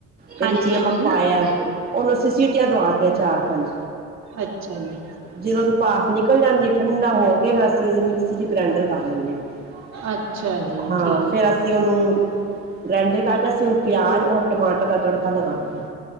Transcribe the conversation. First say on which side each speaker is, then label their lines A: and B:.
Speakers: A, on the right (about 30°); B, on the right (about 60°).
A: ਤੇ
B: ਹਾਂਜੀ
A: ਵਿੱਚ ਨਮਕ
B: ਹਾਂਜੀ
A: ਪਾਇਆ। ਉਹਨੂੰ ਅਸੀਂ ਸੀਟੀਆਂ ਦਵਾਤੀਆਂ ਚਾਰ-ਪੰਜ।
B: ਅੱਛਾ ਜੀ
A: ਜਦੋਂ ਉਹਦੀ ਭਾਫ ਨਿਕਲ ਜਾਂਦੀ ਏ, ਠੰਡਾ ਹੋ ਕੇ ਅਸੀਂ ਉਹਦੀ ਮਿਕਸੀ ਚ ਗ੍ਰੈਂਡਰ ਕਰ ਲੈਣੇ ਆ।
B: ਅੱਛਾ ਜੀ
A: ਹਾਂ
B: ਠੀਕ
A: ਫਿਰ
B: ਹੈ
A: ਅਸੀਂ ਉਹਨੂੰ ਗ੍ਰੈਂਡਰ ਕਰਕੇ ਅਸੀਂ ਹੁਣ ਪਿਆਜ਼ ਔਰ ਟਮਾਟਰ ਦਾ ਤੜਕਾ ਲਗਾਣੇ ਆ।